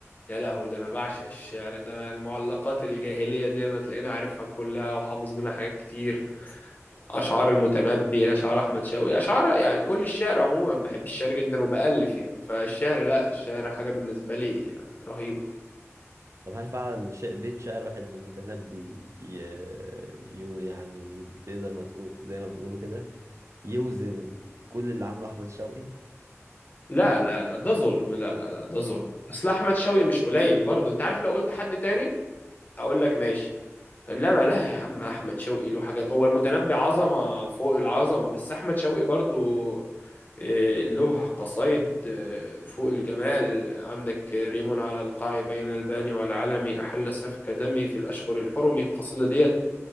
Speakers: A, on the left (about 35°); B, on the right (about 75°).
A: يا لهوي ده انا بعشق الشعر ده المعلقات الجاهليه دي ما تلاقيني عارفها كلها وحافظ منها حاجات كتير اشعار المتنبي اشعار احمد شوقي اشعار يعني كل الشعر عموما بحب الشعر جدا وبالف يعني فالشعر لا الشعر حاجه بالنسبه لي يعني رهيبه
B: طب هل فعلا شع- بيت شعر واحد من المتنبي ي... ي... يعني يت- زي ما تقول زي ما بيقولوا كده يوزن كل اللي عمله احمد شوقي
A: لا لا لا ده ظلم لا لا لا ده ظلم اصل احمد شوقي مش قليل برضه انت عارف لو قلت حد تاني اقول لك ماشي انما لا يا عم احمد شوقي له حاجات هو المتنبي عظمه فوق العظمه بس احمد شوقي برضو إيه، له قصايد إيه، فوق الجمال عندك ريم على القاع بين الباني والعلمي أحل سفك دمي في الأشهر الحرم القصيدة ديت